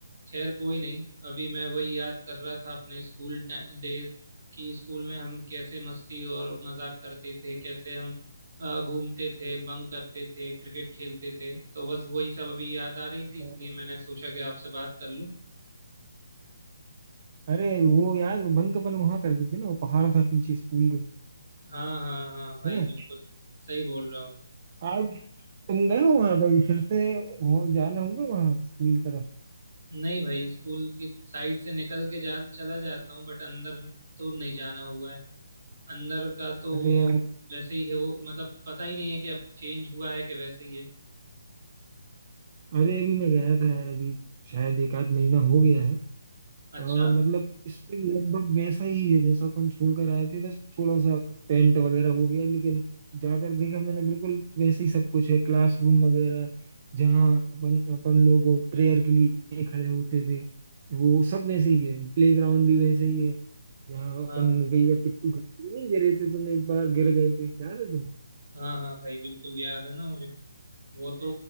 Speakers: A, on the right; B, on the right.
A: खैर कोई नहीं अभी मैं वही याद कर रहा था अपने स्कूल डेज कि स्कूल में हम कैसे मस्ती और मजाक करते थे कैसे हम अ, घूमते थे बंक करते थे क्रिकेट खेलते थे तो बस वही सब अभी याद आ रही थी
B: यार
A: इसलिए मैंने सोचा कि आपसे बात कर लूँ
B: अरे वो यार बंक अपन वहां करते थे ना वो पहाड़ था पीछे स्कूल के
A: हाँ हाँ हाँ भाई
B: है ना
A: बिल्कुल सही बोल रहे हो
B: आज तुम गए हो वहां पर फिर से हो जाना होगा वहां स्कूल की तरफ
A: नहीं भाई स्कूल की साइड से निकल के जा चला जाता हूँ बट अंदर तो नहीं जाना हुआ है अंदर का तो
B: अरे
A: वो
B: यार
A: वैसे ही है वो मतलब पता ही नहीं है कि अब चेंज हुआ है कि वैसे ही है
B: अरे अभी मैं गया था यार अभी शायद एक आध महीना हो गया है अ,
A: अच्छा
B: मतलब स्कूल लगभग वैसा ही है जैसा अपन छोड़ कर आए थे बस थोड़ा सा पेंट वगैरह हो गया लेकिन जाकर देखा मैंने बिल्कुल वैसे ही सब कुछ है क्लासरूम वगैरह जहाँ अपन अपन लोग प्रेयर के लिए खड़े होते थे वो सब वैसे ही है प्ले ग्राउंड भी वैसे ही है जहाँ अपन
A: हाँ
B: कई बार पिट्टू खेलते नहीं गिरे थे तुम एक बार गिर गए थे याद है
A: हाँ हाँ भाई बिल्कुल याद है ना मुझे वो तो